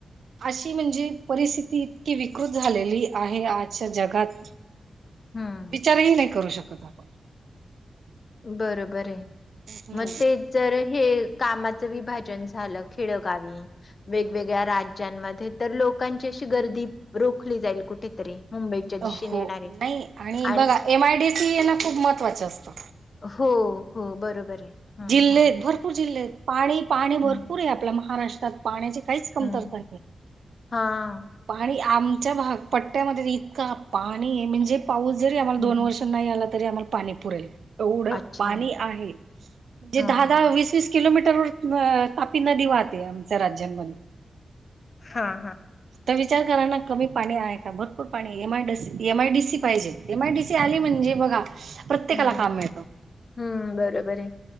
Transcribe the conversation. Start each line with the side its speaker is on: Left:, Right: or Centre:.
Right: अशी म्हणजे परिस्थिती इतकी विकृत झालेली आहे आजच्या जगात
Left: हम्म
Right: विचारही नाही करू शकत आपण
Left: बरोबर आहे
Right: हम्म,
Left: मग ते तरर हे कामाचं विभाजन झालं खेडगावी वेगवेगळ्या राज्यांमध्ये तर लोकांची अशी गर्दी रोखली जाईल कुठेतरी मुंबईच्या दिशेने
Right: हो
Left: येणारी
Right: नाही
Left: आणि
Right: बघा एम आय डी सी यांना खूप महत्त्वाचं असतं
Left: हो हो बरोबर आहे. हं
Right: जिल्हे
Left: हं
Right: आहेत भरपूर जिल्हे आहेत पाणी पाणी भरपूर
Left: हं
Right: आहे आपल्या महाराष्ट्रात पाण्याची काहीच कमतरता
Left: हं
Right: आहे
Left: हां
Right: पाणी आमच्या भाग पट्ट्यामध्ये इतका पाणी म्हणजे पाऊस जरी आम्हाला
Left: हं,
Right: दोन वर्ष
Left: हं.
Right: आ तरी आम पा पुरेल एवढ
Left: अच्छा
Right: पाणी आहेण
Left: हां
Right: दहा द वस वीस किलोमीटर व तापी नदी वाहते आमच्या राज्यांमध्ये
Left: हा हा
Right: तर विचार करा ना कमी पाणी आहे का भरपूर पाणी एम आयी एमआय डीसी पाहिजे एम आयडीी सी आली म्हणजे बघा प्रत्येकाला
Left: हम्म
Right: काम मिळतं.
Left: हम्म बरोबर आहे